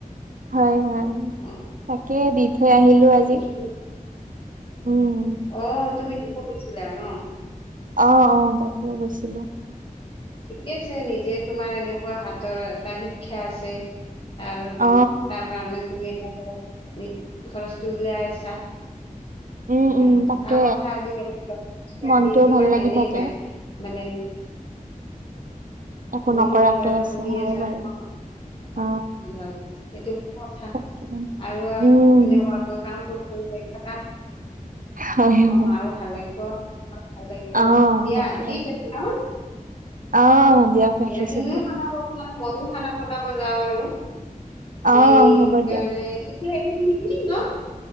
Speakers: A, on the right; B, on the left.
A: হয়-হয়
B: অ
A: তাকে দি থৈ আহিলো
B: মই
A: আজি।
B: দেখিলো
A: উম।
B: অ', তুমি দিব গৈছিলা ন।
A: অ'-অ', তাকে গৈছিলো।
B: ঠিকে আছে নিজে তোমাৰ এনেকুৱা হাতৰ এটা শিক্ষা আছে। ত
A: অ
B: তাৰ কাৰণে তুমি খৰচটো উলাই আছা।
A: উম
B: অ'
A: উম তাকে।
B: ভাল কথা আজিকালি ছোৱালী
A: মনটোও
B: কিমান
A: ভাল লাগি
B: এনেই
A: থাকে
B: বে মানে
A: একো
B: তুমি
A: নকৰাকে
B: যে কিবা এটা
A: আছে
B: কৰি
A: হয়
B: আছা
A: বাৰু
B: তোমাৰ
A: অ।
B: হয়, সেইটো কথা
A: তাকে
B: আৰু আহ
A: উম
B: এনেকুৱাকৈ কাম কৰি কৰি গৈ থাকা
A: হয় হয়।
B: আমাৰো ভাল লাগিব। ভাল লাগিব
A: অ
B: দিয়া
A: তাকে
B: ঠিক আছে অ।
A: অ', দিয়ক ৰাখিছো
B: দিয়া তুমিও
A: দিয়ক
B: খানা বনোৱা মইয়ো খানা বনাব যাওঁ আৰু। সেই
A: অ হ'ব দিয়ক।
B: কাৰণে এতিয়া ন